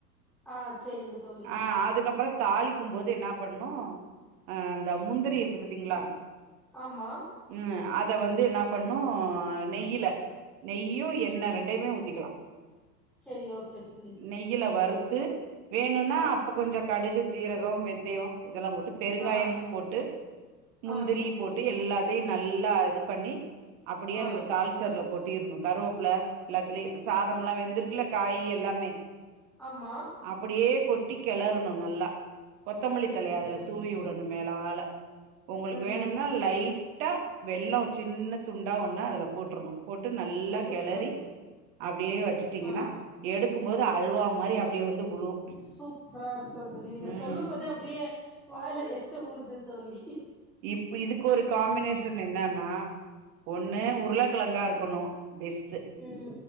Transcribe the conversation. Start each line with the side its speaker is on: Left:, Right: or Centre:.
Centre: ஆ செரிங்க தோழி
Right: ஆஹ் அதுக்கப்பறோ தாளிக்கு போது என்ன பண்ணு ஆஹ் தா முந்திரி இருக்கு பத்தீங்களா
Centre: ஆமா
Right: உம் அத வந்து என்ன பண்ணு அ நெய்யில நெய்யு எண்ண ரெண்டயுமே ஊத்திக்கலா
Centre: செரி ஓகே தோழி
Right: நெய்யில வறு த்து வேணுன்னா
Centre: ஆ
Right: அப்ப கொஞ்சோ கடுகு ஜீரகோ வெந்தயோ இதெல்லா போட்டு பெருங்காயமு
Centre: ஆ
Right: போட்டு முந்திரி
Centre: ஆ செரிங்க
Right: போட்டு
Centre: தோழி
Right: எல்லாத்தையு நல்லா இது பண்ணி அப்டியே
Centre: ஆ
Right: அதுல தாள்ச்சி அதுல கொட்டிறனு கருவேப்புல எல்லாத்துலயு சாதமெல்லா வெந்திருக்குல காய் எல்லாமே
Centre: ஆமா
Right: அப்டியே கொட்டி கெலறனு நல்லா கொத்தமல்லி
Centre: செரிங்க
Right: தழைய அதுல
Centre: தோழி
Right: ஊத்திவுடனு மேலால உங்களுக்கு
Centre: ம்
Right: வேணும்னா லைட்டா வெல்லொ சின்ன துண்டா ஒன்ன அதில போட்ரனு போட்டு நல்லா
Centre: சூப்பர்
Right: கெளறி அப்டியே வெச்சுட்டீங்கனா
Centre: ஆ
Right: எடுக்கு போது அல்வா மாரி அப்டியே வந்து ஊழுவு
Centre: சூப்பரா இருக்கு தோழி நீங்க
Right: உம்
Centre: சொல்லும் போதே அப்டியே வாயில எச்ச ஊறுது தோழி
Right: இப்ப இதுக்கு ஒரு காம்பினேஷன் என்னனா ஒண்ணு உருளக்கெழங்கா இருக்கணு பிஸ்
Centre: உம்